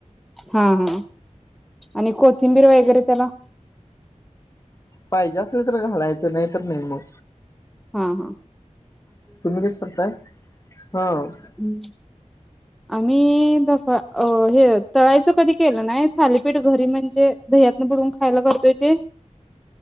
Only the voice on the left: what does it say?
पाहिजे असेल तर घालायचं, नाहीतर नाही मग.
तुम्ही कस करताय? हां